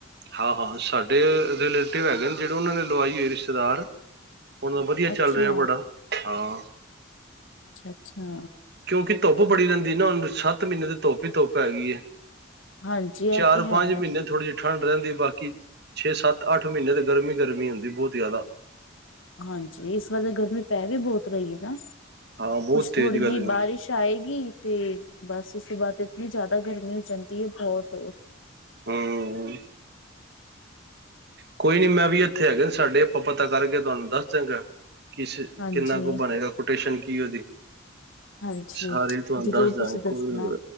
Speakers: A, on the right; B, on the left.
A: ਹਾਂ-ਹਾਂ ਸਾਡੇ ਰਿਲੇਟਿਵ ਹੈਗੇ ਨੇ ਜੇੜੇ ਓਨਾਂ ਨੇ ਲਵਾਈ ਐ ਰਿਸ਼ਤੇਦਾਰ। ਹੁਨ ਓ ਵਦੀਆ ਚੱਲ
B: ਅੱਛਾ
A: ਰਿਆ ਬੜਾ, ਹਾਂ।
B: ਅੱਛਾ-ਅੱਛਾ।
A: ਕਿਉਂਕਿ ਧੁੱਪ ਬੜੀ ਰੈਂਦੀ ਨਾ ਹੁਣ ਸੱਤ ਮਹੀਨੇ ਤੇ ਧੁੱਪ ਹੀ ਧੁੱਪ ਹੈਗੀ ਏ।
B: ਹਾਂਜੀ
A: ਚਾਰ
B: ਇਹ ਤੇ ਹੈ
A: ਪੰਜ ਮਹੀਨੇ ਥੋੜੀ ਠੰਡ ਰੈਂਦੀ ਐ ਬਾਕੀ ਛੇ ਸੱਤ ਅੱਠ ਮਹੀਨੇ ਤਾਂ ਗਰਮੀ-ਗਰਮੀ ਹੁੰਦੀ ਏ ਬੋਤ ਜ਼ਾਦਾ।
B: ਹਾਂਜੀ ਇਸ ਵਾਰ ਤੇ ਗਰਮੀ ਪੈ ਵੀ ਬਹੁਤ ਰਈ ਏ ਨਾ,
A: ਹਾਂ ਬਹੁਤ
B: ਕੁਛ
A: ਤੇਜ਼
B: ਥੋੜੀ
A: ਗਰਮੀ
B: ਜੀ ਬਾਰਿਸ਼ ਆਏਗੀ ਤੇ ਬਸ ਉਸ ਤੋਂ ਬਾਅਦ ਇਤਨੀ ਜ਼ਾਦਾ ਗਰਮੀ ਹੋ ਜਾਂਦੀ ਏ ਬੌਤ
A: ਹੂੰ। ਕੋਈ ਨੀ ਮੈਂ ਵੀ ਇੱਥੇ ਹੈਗੇ ਨੇ ਸਾਡੇ ਆਪਾਂ ਪਤਾ ਕਰਕੇ ਤੁਹਾਨੂੰ ਦੱਸ ਦਿਆਂਗਾ। ਕਿਸ
B: ਹਾਂਜੀ
A: ਕਿੰਨਾ ਕੁ ਬਨੇਗਾ ਕੋਟੇਸ਼ਨ ਕੀ ਓਦੀ।
B: ਹਾਂਜੀ
A: ਸਾਰੇ ਤਹਾਨੂੰ
B: ਜ਼ਰੂਰ
A: ਦੱਸ ਦਿਆਂਗਾ
B: ਤੁਸੀਂ
A: ਕੋਈ
B: ਦੱਸਣਾ